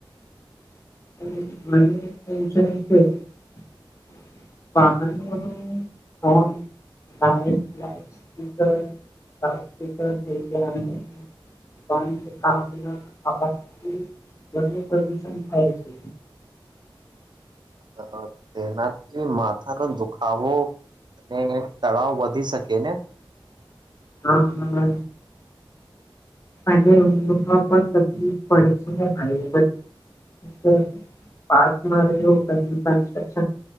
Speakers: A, on the left; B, on the right.
A: છે વાહન ન હોય લ લાઉડ સ્પીકર લાઉડ સ્પીકર થઈ ગયા પણ આામ અભ ગરમું પ્રદુષણ થાય છે
B: અ તેનાથી માથાનો દુખાવો અને તળાવ વધી શકે ને
A: હા હા અને માં પણ તકલીફ પડે છે ને ભાઈ ત પાચમાં રહવ તમ કન્્રક્શન થ